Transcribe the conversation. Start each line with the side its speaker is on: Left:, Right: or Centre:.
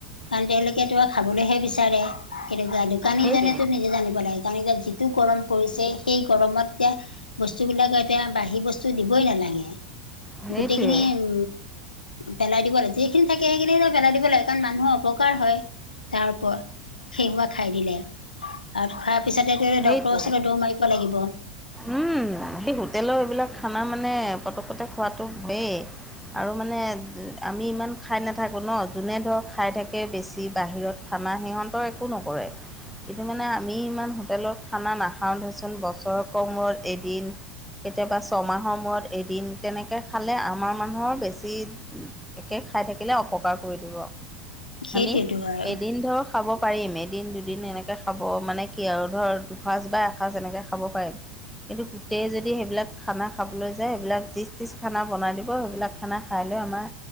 Left: কাৰণ তেওঁলোকেটো আৰু খাবলৈহে বিচাৰে। কেনেকোৱা দোকানীজনে
Centre: সেইটোৱে
Left: নিজে জানিব লাগে কাৰন যিটো গৰম পৰিছে সেই গৰমত। এতিয়া বস্তুবিলাক এতিয়া বাঢ়ি বস্তু দিবই নালাগে
Centre: সেইটোৱে
Left: গোটেইখিনি। উ পেলাই দিব লাগে যিখিনি থাকে সেইখিনি পেলাই দিব লাগে কাৰণ মানুহৰ অপকাৰ হয়। তাৰপ খেহোৱা খাই দিলে আৰু খোৱাৰ পিছতে। তে
Centre: সেইটোৱে
Left: ডক্তৰ ওচৰলৈ দৌ মাৰিব লাগিব।
Centre: উম সেই হোটেলৰ এইবিলাক খানা মানে পতকতে খোৱাতটো বেই, আৰু মানে আমি ইমান খাই নাথাকোঁ ন যোনে ধৰক খাই থাকে বেছি বাহিৰত। খানা সিহঁতৰ একো নকৰে। কিন্তু মানে আমি ইমান হোটেলত খানা নাখাওঁ ধৰচোন বছৰকৰ মূৰত এদিন। কেতিয়াবা ছমাহৰ মূৰত এদিন তেনেকৈ খালে আমাৰ মানুহৰ বেছি। একে খাই থাকিলে অপকাৰ কৰি দিব
Left: সেইটোৱেতো
Centre: আমি
Left: আৰু
Centre: এদিন ধৰক, খাব পাৰিম এদিন দুদিন এনেকৈ খাব মানে কি আৰু ধৰ দুসাঁজ বা এসাঁজ এনেকৈ খাব পাৰিম। কিন্তু গোটেই যদি সেইবিলাক খানা খাবলৈ যায় সেইবিলাক যিচ তিজ খানা বনাই দিব সেইবিলাক। খানা খাই লৈ আমাৰ